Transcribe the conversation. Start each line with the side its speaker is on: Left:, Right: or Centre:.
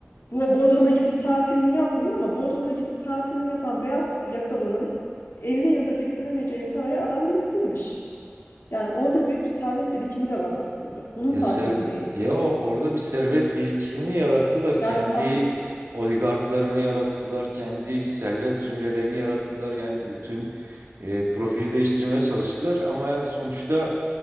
Left: bu Bodrum'a gidip tatilini yapmıyor ama Bodrum'a gidip tatilini yapan beyaz yakalının 50 yılda biriktiremeyeceği parayı adam biriktirmiş. Yani orada büyük bir servet birikimi de var aslında. Bunun
Right: Ya
Left: farkında
Right: ser
Left: değiliz.
Right: ya o- orada bir servet birikimini yarattılar. Kendi
Left: Yani aslında
Right: oligarklarını yarattılar, kendi servet zümrelerini yarattılar. Yani bütün e, profili değiştirmeye çalıştılar ama yani sonuçta